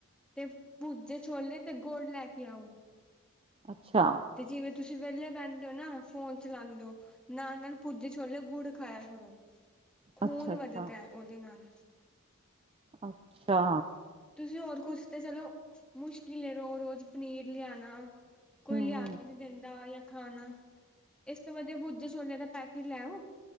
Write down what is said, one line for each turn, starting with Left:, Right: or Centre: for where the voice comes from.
Centre: ਤੇ ਭੂਜੇ ਛੋਲੇ ਤੇ ਗੋੜ ਲੈ ਕੇ ਆਓ
Right: ਅੱਛਾ।
Centre: ਤੇ ਜਿਵੇਂ ਤੁਸੀਂ ਵਿਹਲੇ ਬਹਿੰਦੇ ਹੋ ਨਾ ਫ਼ੋਨ ਚਲਾਉਦੇ ਹੋ ਨਾਲ-ਨਾਲ ਪੁੱਜੇ ਛੋਲੇ ਗੁੜ ਖਾਇਆ ਕਰੋ ਖੂਨ
Right: ਅੱਛਾ
Centre: ਵਧਦਾ
Right: ਅੱਛਾ
Centre: ਹੈ ਉਹਦੇ ਨਾਲ
Right: ਅੱਛਾ
Centre: ਤੁਸੀਂ ਹੋਰ ਕੁਛ ਤੇ ਚਲੋ ਮੁਸ਼ਕਿਲ ਲੈ ਰੋਜ਼ ਰੋਜ਼ ਪਨੀਰ ਲਿਆਉਣਾ ਕੋਈ
Right: ਹਮ
Centre: ਲਿਆ
Right: ਹਮ
Centre: ਕੇ ਨਹੀ ਦਿੰਦਾ ਜਾਂ ਖਾਣਾ ਇਸ ਤੋਂ ਵਧੀਆ ਬੁਜੇ ਛੋਲੇਆਂ ਦਾ ਪੈਕੇਟ ਲੈਓ